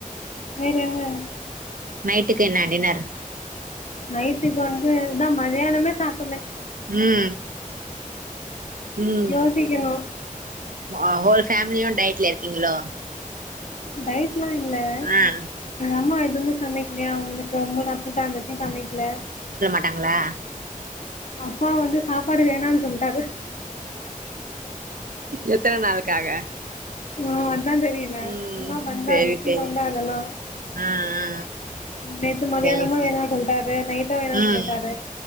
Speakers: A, on the left; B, on the right.
A: வேற என்ன?
B: நைட்டுக்கு என்ன டின்னர்?
A: நைட்டுக்கு வந்து இதா மதியானமே சாப்
B: ம் ம்
A: யோசிக்கணும்
B: அவ ஃபேமிலியு டயட்ல இருக்கீங்களோ?
A: டயட் லா இல்ல
B: ஆ
A: எங்க அம்மா எதுமே சமைக்கலயா அவங்களு கம்முனு <unintelligible> அங்கிட்டும் சமைக்கல
B: ட்டாங்களா
A: அப்பா வந்து சாப்பாடு வேணான்னு சொல்லிட்டாரு
B: எத்தன நாளுக்காக?
A: ஆன் அதா தெரியுல்ல
B: ம்
A: சும்மா பந்தா
B: சேரி
A: வெட்டி
B: சேரி
A: பந்தா அதெல்லா
B: ஆ ஆ
A: ம் நேத்து மதியானமு
B: சேரி சேரி
A: வேணா சொல்ட்டாரு நைட்டு வேணான்
B: ம்
A: சொல்லிட்டாரு